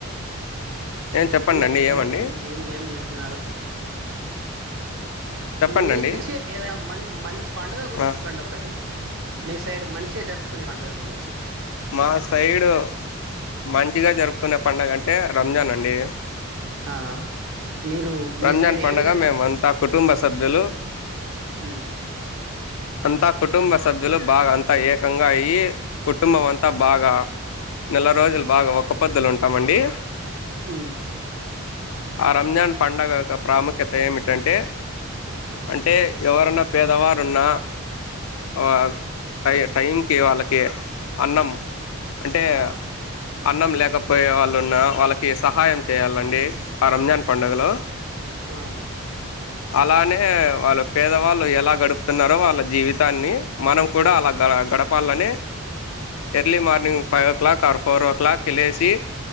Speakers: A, on the left (about 75°); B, on the right (about 60°).
A: ఏం చెప్పండి
B: ఇంక
A: అండి
B: ఎలరు
A: ఏమండి
B: ఇంకేం చేం చేస్తున్నారు?
A: చెప్పండి
B: మీష
A: అండి
B: ఏద మ మంచి పండుగ గురించి
A: ఆ,
B: చెప్పండి ఒకటి మీ సైడ్ మంచిగా జరుపుకునే పండుగ గురించి?
A: మా సైడు మంచిగా జరుపుకునే పండుగ అంటే రంజాన్ అండి. ఏ
B: ఆ మీరు మీ
A: రంజన్
B: సైడ్
A: పండుగ
B: ఏ విధంగా
A: మేముంతా కుటుంబ సభ్యులు
B: ఉమ్
A: అంతా కుటుంబ సభ్యులు బాగా అంతా ఏకంగా అయ్యి కుటుంబం అంతా బాగా నెల రోజులు బాగా ఒక్క పొద్దులు ఉంటామండి.
B: ఊ
A: ఆ రంజాన్ పండుగ యొక్క ప్రాముఖ్యత ఏమిటంటే?
B: ఆ
A: అంటే ఎవరన్నా పేదవారు ఉన్న ఆ టై టైంకి వాళ్ళకి అన్నం అంటే
B: ఆ
A: అన్నం లేకపోయే వాళ్ళు ఉన్న వాళ్ళకి సహాయం చేయాలండి ఆ రంజాన్ పండుగలో
B: ఆ
A: అలానే వాళ్ళు పేదవాళ్ళు ఎలా గడుపుతున్నారో వాళ్ళ జీవితాన్ని మనం కూడా అలా గ గడపాలని early morning five o'clock, ఆ ఫోర్ ఓ క్లాక్కి లేసి